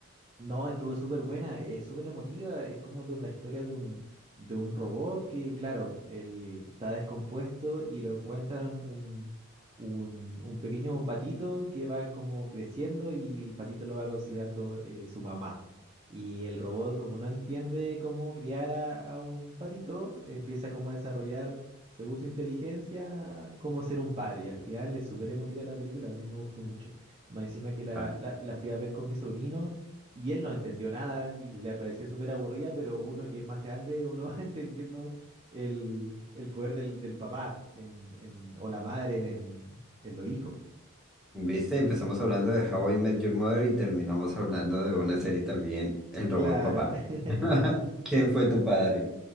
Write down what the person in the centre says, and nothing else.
Ah,
¿Viste? Empezamos hablando de How I Met Your Mother y terminamos hablando de una serie también, El Robot
Papá.
¿Quién fue tu padre?